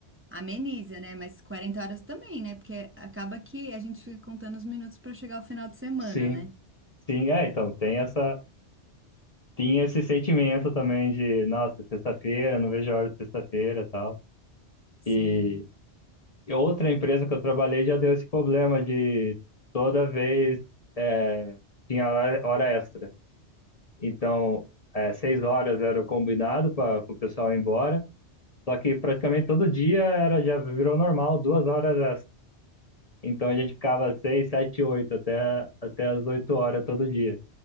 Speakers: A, on the right (about 15°); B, on the left (about 35°).
A: ameniza, né? Mas 40 horas também, né? Porque acaba que a gente fica contando os minutos para chegar ao final de semana,
B: sim,
A: né?
B: sim, é, então tem essa, tinha esse sentimento também de, nossa, sexta-feira, não vejo a hora de sexta-feira, e tal.
A: Sim.
B: E e outra empresa que eu trabalhei já deu esse problema de toda vez é, tinha hora, hora extra. Então, é, seis horas era o combinado para o pessoal ir embora. Só que praticamente todo dia era, já virou normal, duas horas extra. Então a gente ficava seis, sete, oito até, até as oito horas todo dia.